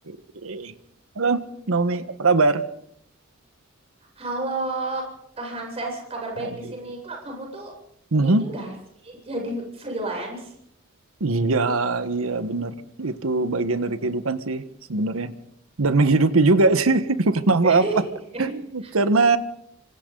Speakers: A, on the right; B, on the right.
A: Oke. Halo, Naomi, apa kabar?
B: Halo, Kak Hanses, kabar
A: Hai.
B: baik di sini. Kak, kamu tuh
A: Mhm.
B: ini nggak sih jadi freelance?
A: Iya, iya bener. Itu bagian dari kehidupan sih sebenarnya. Dan menghidupi juga <laughs> sih, bukan apa-apa.
B: <laughs>
A: Karena